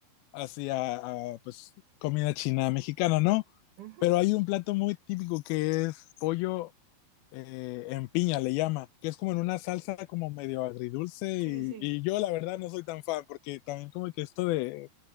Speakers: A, on the left; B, on the right.
A: hacia ah, pues, comida china mexicana, ¿no?
B: Ujú.
A: Pero hay un plato muy típico que es pollo eh, en piña, le llaman, que es como en una salsa como medio agridulce
B: Sí,
A: y,
B: sí, sí.
A: y yo la verdad no soy tan fan porque también como que esto de